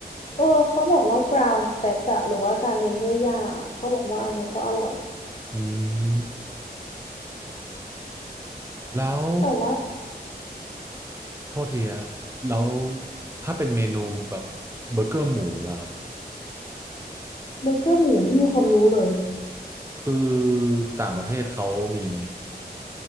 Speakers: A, on the left; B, on the right.
A: เออเขาบอกว่า ground fed อะหรือว่าการเลี้ยงด้วยหญ้าเขาบอกว่าอันเนี้ยก็อร่อย
B: อืมแล้ว
A: แต่ว่า
B: โทษทีครับแล้วถ้าเป็นเมนูแบบเบอร์เกอร์หมูล่ะครับ
A: เบอร์เกอร์หมูไม่มีความรู้เลย
B: คือต่างประเทศเขามีไหม